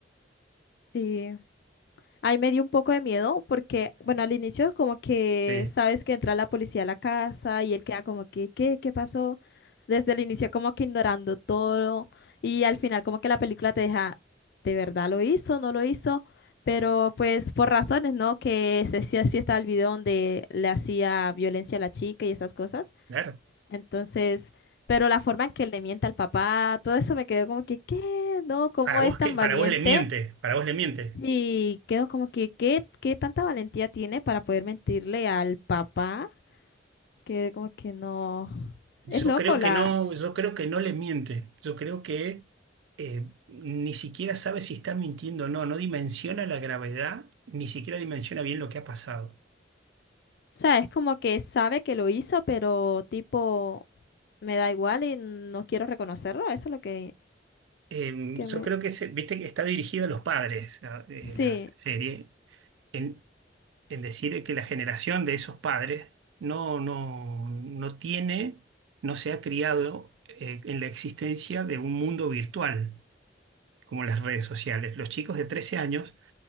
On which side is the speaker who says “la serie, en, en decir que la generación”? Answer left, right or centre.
Right